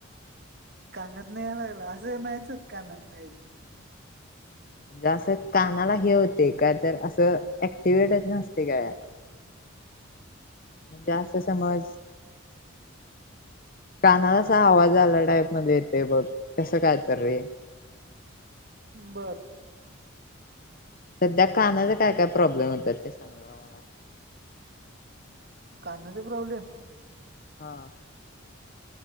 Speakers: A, on the right; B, on the left.
A: कानातन यायां लागला असं नाहीच होत कानात न येत.
B: म्हणजे असं कानाला हे होते काय तर असं अक्टिवेटच नसते गळ्या म्हणजे असं समज. कानाला असा आवाज आला टाईप मध्ये येतेय बघ कसं काय त रे!
A: बरं.
B: सध्या कानाचा काय काय प्रॉब्लेम होतात ते सांग? जरा मला
A: कानाचा प्रॉब्लेम?
B: हा!